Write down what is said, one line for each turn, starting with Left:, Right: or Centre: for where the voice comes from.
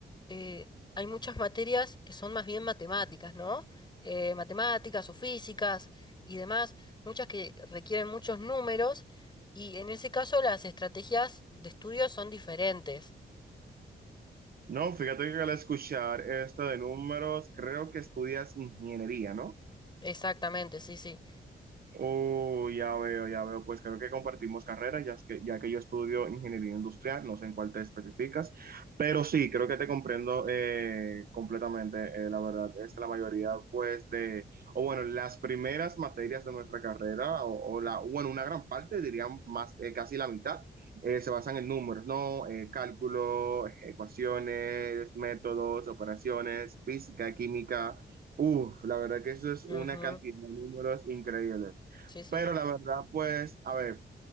Left: eh, hay muchas materias que son más bien matemáticas, ¿no? Eh, matemáticas o físicas y demás, muchas que requieren muchos números y en ese caso las estrategias de estudio son diferentes.
Right: No, fíjate que al escuchar esto de números, creo que estudias ingeniería, ¿no?
Left: Exactamente, sí, sí.
Right: Oh, ya veo, ya veo. Pues creo que compartimos carreras ya es que, ya que yo estudio ingeniería industrial, no sé en cuál te especificas, pero sí, creo que te comprendo eh, completamente. eh, la verdad, es la mayoría, pues, de, o bueno, las primeras materias de nuestra carrera, o, o la, bueno, una gran parte, dirían más, eh, casi la mitad, eh, se basan en números, ¿no? Eh, cálculo, ecuaciones, métodos, operaciones, física, química. Uf, la verdad que eso es una
Left: Ujú,
Right: cantidad de números increíble.
Left: Sí, sí.
Right: Pero la verdad, pues, a ver,